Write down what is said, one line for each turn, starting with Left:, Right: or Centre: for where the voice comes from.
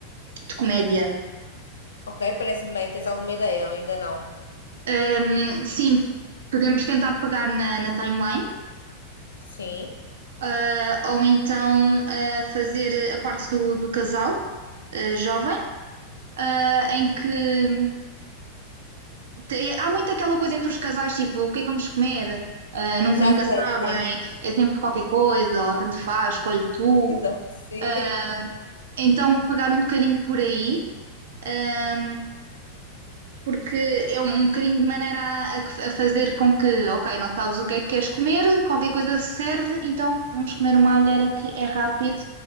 Right: de comédia.
Left: Ok, parece-me bem. Tens alguma ideia ou ainda não?
Right: Ehm, sim, podemos tentar pegar na, na timeline,
Left: Sim.
Right: eh, ou então eh, fazer a parte do, do casal eh, jovem, eh, em que Tem- Há muito aquela coisa entre os casais, tipo, o que é que vamos comer? Ah, nun-
Left: Já
Right: nunca,
Left: sei,
Right: sabem,
Left: sim.
Right: é sempre qualquer coisa, ou tanto faz, escolhe tu.
Left: <laughs> Exato, sim.
Right: Ah, então, pegar um bocadinho por aí, ah, porque é um, um bocadinho de maneira a, a que- a fazer com que, ok, não sabes o que é que queres comer, qualquer coisa serve, então vamos comer uma alheira que é rápido